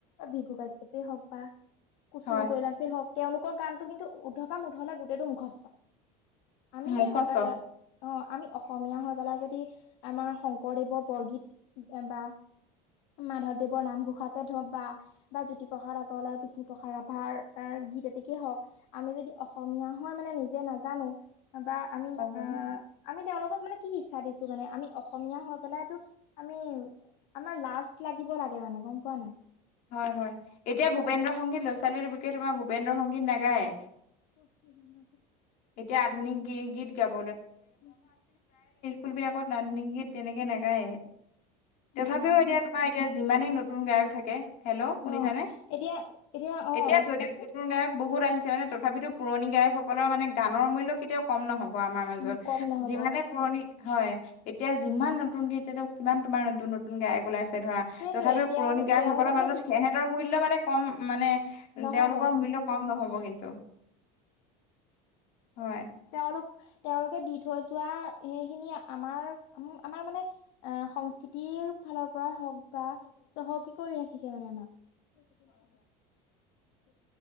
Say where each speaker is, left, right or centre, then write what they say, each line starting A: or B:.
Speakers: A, on the left; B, on the left.
A: ভিবুকাজ্যাপেই হওক বা। কুচুম
B: হয়
A: কৈলাছেই হওক তেওঁলোকৰ গানটো কিন্তু উধৰপা উধলে গোটেইটো মুখস্থ। আমি
B: মুখস্থ
A: আ অ, আমি অসমীয়া হৈ পেলাই যদি আমাৰ শংকৰদেৱৰ বৰগীত বা। মাধৱদেৱৰ নামঘোষাকে ধ বা জ্্যোতিপ্ৰসাদ আগৰৱাৰ বিষ্ণুপ্ৰসাদ ৰাভাৰ। গীত এটিকেই হওঁক আমি যদি অসমীয়া হয় মানে নিজে নাজানো বা আমি।
B: হয়
A: অ, আমি তেওঁলোকক। মানে কি শিক্ষা দিছো মানে আমি অসমীয়া হৈ পেলাইো আমি, আমাৰ লাজ লাগিব লাগে। <unintelligible>
B: হয় হয় এতিয়া ভূপেন্দ্ৰ সংগীত ল'ৰা ছোৱালী বিকয়ে তোমাৰ ভূপেন্দ্ৰ সংগীত নাগায়।
A: পচ মেডিলত
B: এতিয়া আধুনিক গী গীত গাব
A: যে <unintelligible>
B: এইবিলাকত নাদনিকি তেনেকে নাগায়েই,
A: সেইটোৱে
B: তথাপি
A: অ'।
B: এতিয়া তোমাৰ এতিয়া যিমানেই নতুন গায়ক থাকে হেল্ল' শুনিছানে?
A: অ এতিয়া অ
B: এতিয়া যদিও
A: কোৱাচোন
B: হেইবোৰ গায়ক বহুত আহিছে তে মানে তথাপিতো পুৰণি গায়কসকলৰ মানে গানৰ মূল্য কেতিয়াও কম নহ'ব। আমাৰ মাজত
A: উ কম নহব
B: যিমানে পুৰণি, হয়। এতিয়া যিমান নতুনকে এতিয়াতো কিমান তোমাৰ নতুন নতুন গায়ক ওলাইছে ধৰা,
A: সেইটোৱে
B: তথাপিও
A: তেওঁলোক
B: পুৰণি গায়ক
A: তেওঁলোকে
B: কৰ মাজত
A: দি
B: সিহঁতৰ
A: থৈ
B: মূল্য মানে কম মানে
A: নহব
B: তেওঁলোকৰ
A: হা
B: মূল্য কম নহ'ব কিন্তু। হয়
A: তেওঁলোক তেওঁলোকে দি থৈ যোৱা সেইখিনি আমাৰ আমাৰ মানে এ, সংস্কৃতি কিন ফালৰ পৰাই হওক বা চহকী কৰি ৰাখিছে মানে আমাক। সেইকেইদিন <unintelligible>